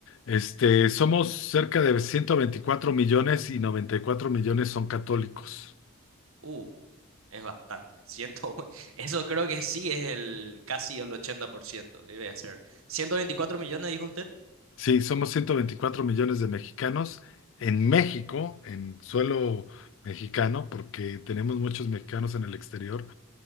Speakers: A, on the left; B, on the right.
A: Este, somos cerca de 124 millones y 94 millones son católicos.
B: Uh. Es bastante. <laughs> Ciento- uno. eso creo que sí es el casi el 80% debe ser. ciento veinticuatro millones, dijo usted.
A: Sí, somos 124 millones de mexicanos en México, en suelo mexicano, porque tenemos muchos mexicanos en el exterior,